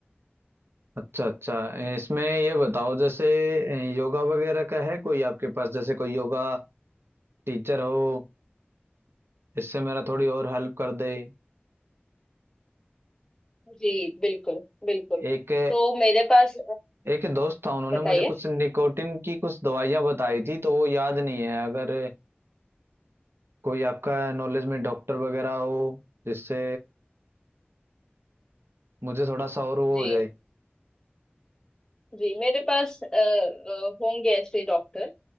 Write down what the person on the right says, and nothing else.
अच्छा अच्छा इसमें ये बताओ जैसे योगा वगैरह का है कोई आपके पास जैसे कोई योगा टीचर हो इससे मेरा थोड़ी और हेल्प कर दे
एक
एक दोस्त था उन्होंने
मुझे कुछ निकोटिन की कुछ दवाइयाँ बताई थी तो वो याद नहीं है अगर कोई आपका नॉलेज में डॉक्टर वगैरह हो जिससे मुझे थोड़ा सा और वो
हो जाए